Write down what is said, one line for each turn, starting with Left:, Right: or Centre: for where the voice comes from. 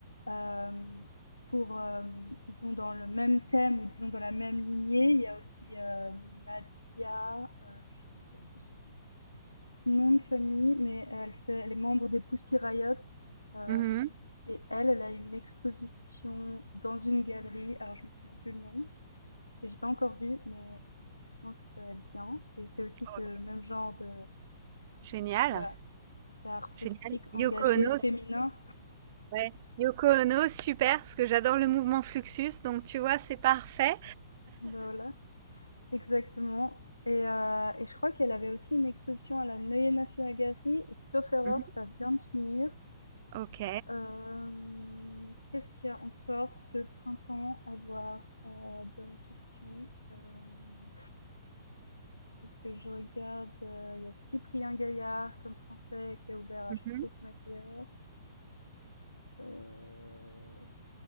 Left: Hem, pour, hem, disons dans le même thème ou disons dans la même lignée, il y a aussi, heu, Nadia, heu, je me souviens plus son Nom de famille, mais elle fait les membres des Pussy Riot, hem,
Right: Mhm.
Left: et elle, elle a une exposition dans une galerie, alors je me souviens plus le nom et j'ai pas encore vu, mais je pense que ça va être bien et c'est aussi ce
Right: Ok.
Left: même genre de
Right: Génial.
Left: voilà, d'art politique
Right: Génial.
Left: engagé
Right: Yoko Ono,
Left: féminin.
Right: s- ouais. Yoko Ono, super, parce que j'adore le mouvement Fluxus, donc tu vois, c'est parfait.
Left: Bah, voilà, exactement et heu et je crois qu'elle avait aussi une exposition à la Neue Nationalgalerie et sauf erreur,
Right: Mhm.
Left: ça vient de finir
Right: Ok.
Left: Hem, qu'est-ce qu'il y a encore ce printemps à voir? Heu, bonne question. Hem, faut que je regarde, heu, il y a Cyprien Gaillard comme français qui a ouvert à
Right: Mhm.
Left: Sproutmacher. Heu,